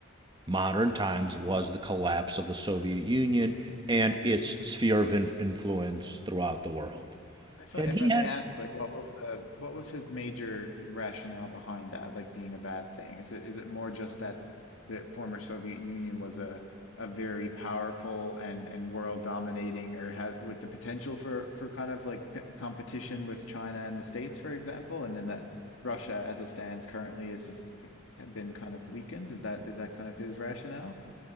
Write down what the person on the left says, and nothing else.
Hmm.
If I,
if
I may
ask, like, what was the what was his major rationale behind that, like being a bad thing? Is it is it more just that the former Soviet Union was a a very powerful and and world dominating, or had with the potential for for kind of like c competition with China and the States, for example, and then that Russia, as it stands currently, is just k- been kind of weakened. Is that is that kind of his rationale?